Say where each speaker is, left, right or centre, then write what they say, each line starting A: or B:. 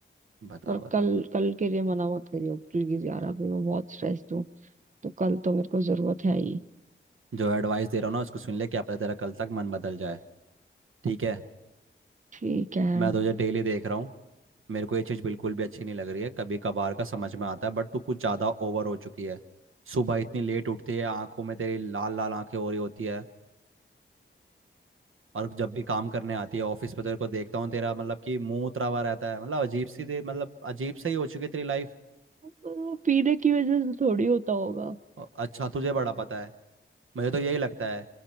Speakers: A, on the right; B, on the right.
A: बता
B: पर
A: बता
B: कल कल के लिए मना मत करियो प्लीज यार अभी मैं बहुत स्ट्रेस्ड हूँ तो कल तो मेरे को जरूरत है ही
A: जो एडवाइस दे रहा हूँ ना उसको सुन ले क्या पता तेरा कल तक मन बदल जाए ठीक है
B: ठीक है
A: मैं तुझे डेली देख रहा हूँ मेरे को ये चीज़ बिल्कुल भी अच्छी नहीं लग रही है कभी कभार का समझ में आता है बट तू कुछ ज़्यादा ओवर हो चुकी है सुबह इतनी लेट उठती है आंखों में तेरी लाल लाल आंखें हो रही होती है और जब भी काम करने आती है ऑफिस पे तो तेरे को देखता हूँ तेरा मतलब कि मुंह उतरा हुआ रहता है मतलब अजीब सी दे मतलब अजीब सही हो चुकी है तेरी लाइफ
B: पर वो पीने की वजह से थोड़ी होता होगा
A: अच्छा तुझे बड़ा पता है मुझे तो यही लगता है